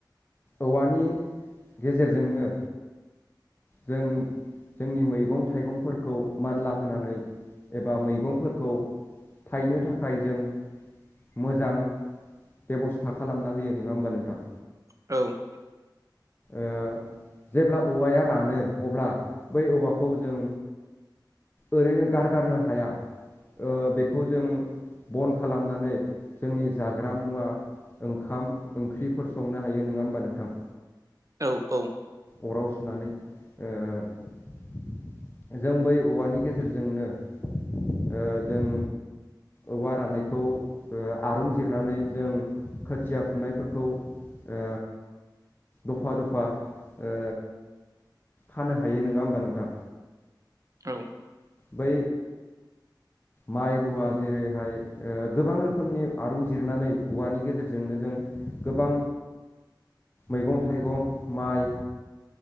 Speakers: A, on the left; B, on the right.
A: औवानि गेजेरजोंनो जों जोंनि मैगं थाइगंफोरखौ मानला होनानै एबा मैगंफोरखौ थायनो थाखाय जों मोजां बेब'स्था खालामना होयो नङा होमबा नोंथां
B: औ
A: ओ जेब्ला औवाया रानो अब्ला बै औवाखौ जों ओरैनो गारगारनो हाया ओ बेखौ जों बन खालामनानै जोंनि जाग्रा मुवा ओंखाम ओंख्रिफोर संनो हायो नोङा होमबा नोंथां?
B: औ औ
A: अराव सुनानै ओ जों बै औवानि गेजेरजोंनो ओ जों औवा रानायखौ ओ आरुं जिरनानै जों खोथिया फुनायफोरखौ ओ दफा दफा ओ खानो हायो नङा होमबा नोंथा?
B: औ
A: बै माइ रुवा जेरैहाय ओ गोबां रोखोमनि आरुं जिरनानै औवानि गेजेरजोंनो जों गोबां मैगं थाइगं माइ